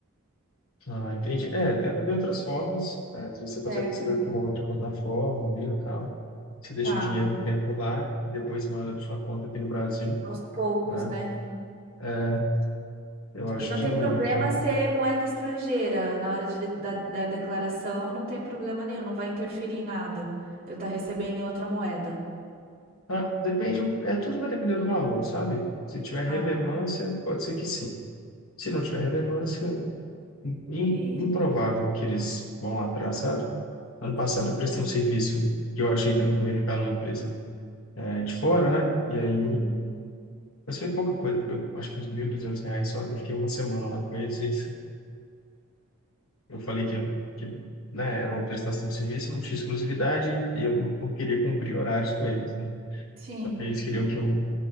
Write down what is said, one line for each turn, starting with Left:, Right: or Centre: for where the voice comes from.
Left: Ah, entendi. É, tenta ver outras formas. É, às vezes você consegue
Right: Certo.
Left: receber por uma outra plataforma mesmo e tal. Você deixa
Right: Tá,
Left: o dinheiro um tempo lá e depois manda para sua conta aqui no Brasil,
Right: aos poucos,
Left: né?
Right: né?
Left: É, eu acho
Right: E não
Left: que,
Right: tem problema
Left: que...
Right: ser moeda estrangeira na hora de, de- da, da declaração, não tem problema nenhum, não vai interferir em nada. Eu tá recebendo em outra moeda.
Left: Ah, depende, é, tudo vai depender do valor, sabe? Se tiver
Right: Ah,
Left: relevância,
Right: tá.
Left: pode ser que sim. Se não tiver relevância, im-
Right: e
Left: improvável que eles vão lá atrás, sabe? Ano passado
Right: sim.
Left: eu prestei um serviço que eu achei também que eu ia ficar numa empresa é, de fora, né? E aí
Right: Uhum.
Left: Mas foi pouca coisa, foi, acho que uns 1.200 reais só, que eu fiquei uma semana lá com eles e eu falei que, que né, era uma prestação de serviço, não tinha exclusividade e eu não não queria cumprir horários com eles, né?
Right: Sim.
Left: Só que eles queriam que eu